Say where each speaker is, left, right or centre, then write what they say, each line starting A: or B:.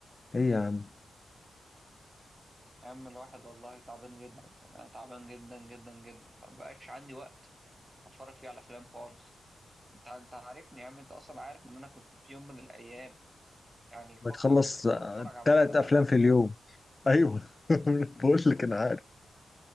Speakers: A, on the left; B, on the right.
A: ايه يا عم
B: يا عم الواحد والله تعبان جدا يعني انا تعبان جدا جدا جدا فمبقاش عندي وقت اتفرج فيه على افلام خالص انت انت عارفني يا عم انت اصلا عارف ان انا كنت في يوم من الايام يعني فتره
A: ما تخلص
B: كده كنت بتفرج على
A: ثلاث
B: ثلاث
A: افلام
B: افلام
A: في
B: في
A: اليوم
B: اليوم
A: ايوه <laughs> بقول لك انا عارف